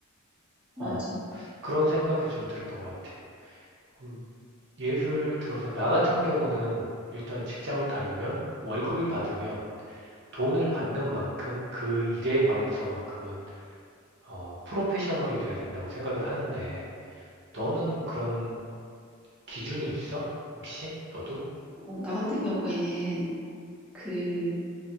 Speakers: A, in the centre; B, on the right.
A: 맞아.
B: 어, 그런 생각이 좀 들었던 것 같아. 그럼 예를 들어서 나 같은 경우는 일단 직장을 다니면 월급을 받으면 돈을 받는 만큼 그 일에 관해서만큼은 어, 프로페셔널이 돼야 된다고 생각을 하는데 너는 그런 기준이 있어? 혹시 너도?
A: 어, 나 같은 경우에는 그,